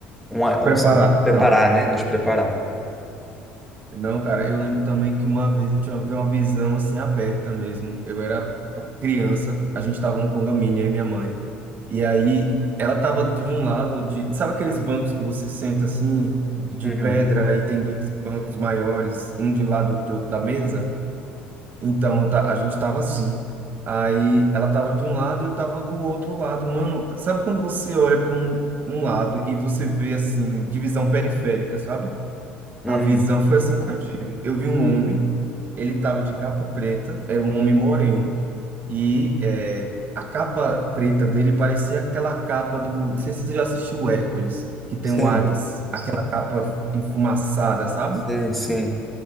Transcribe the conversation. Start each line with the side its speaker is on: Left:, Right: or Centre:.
Centre: uma,
Right: Preparado
Centre: assim, preparar,
Right: também.
Centre: né? Nos preparar.
Right: Não, cara, eu lembro também que uma vez eu tinha uma visão assim aberta mesmo. Eu era criança, a gente tava no condomínio, eu e minha mãe. E aí ela tava de um lado de, sabe aqueles bancos que você senta assim, de
Centre: Uhum,
Right: pedra e tem dois bancos maiores, um de lado do outro da mesa? Então, eu ta- a gente tava assim. Aí ela tava de um lado e eu tava do outro lado. Mano, sabe quando você olha para um, um lado e você vê assim, divisão periférica, sabe?
Centre: uhum.
Right: A visão foi assim que eu tive. Eu vi um homem, ele tava de capa preta, era um homem moreno, e é, a capa preta dele parecia aquela capa do. Não sei se você já assistiu o Hércules, que tem
Centre: Sim,
Right: o Hades, aquela capa enfumaçada, sabe?
Centre: sim, sim.